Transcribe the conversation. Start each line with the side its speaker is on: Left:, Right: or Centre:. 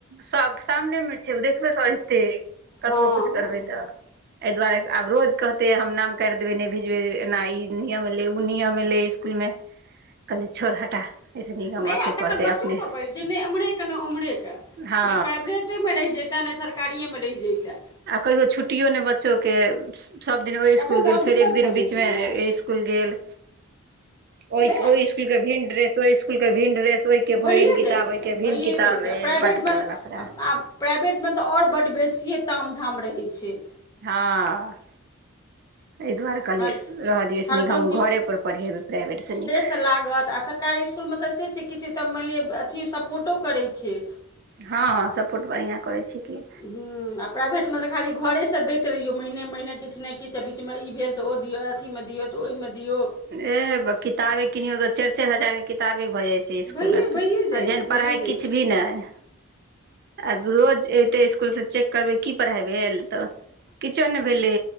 Right: सब सामने मे छै, ओ देखबे करतै कतबो
Left: हँ
Right: कुछ करबै
Left: हँ
Right: तऽ, एहि दुआरे आब रोज कहते हम नाम काइट देबे नई भेजबे ना ई नियम एलै ओ नियम एलै इसकुल मे कहलिऐ छोड़ हटा एहिसँ नीक हम
Left: नय
Right: ओतहि
Left: आ तखन
Right: पढ़तै
Left: बच्चो
Right: अपने
Left: पर पइर छै, नई एम्हरेके नई ओम्हरेके
Right: हँ
Left: नइ प्राइवेट पटेमे रहि जैतै ने सरकारिएमे रहि जैतै
Right: आ कहियो छुट्टियो नय बच्चोके सभदिन ओइ
Left: तखन
Right: इसकुल
Left: तऽ
Right: गेल
Left: आओर
Right: फेर
Left: दिक्कत
Right: एक दिन
Left: भऽ जैतै
Right: बीचमे
Left: ने
Right: अइ इसकुल गेल ओ
Left: नहि
Right: के ओई इस्कुल के भिन् ड्रेस ओई इस्कुल के भिन् ड्रेस ओई के
Left: भइए
Right: भिन् किताब
Left: जाइ छै
Right: ओहिके
Left: भइए
Right: भिन्न किताब
Left: जाइ छै,
Right: ए
Left: आ प्राइभेटमे
Right: बड्ड बड़ा
Left: तऽ
Right: लफड़ा
Left: आब प्राइवेटमे तऽ आओर बड्ड बेसिए ताम झाम रहै छै।
Right: हँ एहि दुआरे तऽ कहलियै
Left: हर
Right: रहऽ दियौ
Left: हरदम
Right: से नीक हम घरेपर पढ़ेबै प्राइवेटसँ नीक
Left: से लागत आ सरकारी इस्कुलमे तऽ से छै, किछु तऽ मानि लिअ अथी सपोर्टो करै छै।
Right: हँ -हँ सपोर्ट बढ़िआँ करै छय की।
Left: हुँ आ प्राइभेट मे तऽ, खाली घरे सँ दैत रहियौ महिने महिने किछ नहि किछ आ बीचमे ई भेल तऽ ओ दिऔ अथीमे दियौ तऽ ओई मे दियो
Right: ए किताबे किनो तो चाइर -चाइर हजार के किताबे भऽ जाय छै। इसकुलमे
Left: भैए भैए
Right: जेहन
Left: जाइ छै भैए
Right: पढ़ाइ
Left: जाइ
Right: किछु
Left: छै
Right: भी नै य आब रोज एयतै इसकुल से चेक करबै की पढ़ाइ भेल तऽ किछो नै भेलै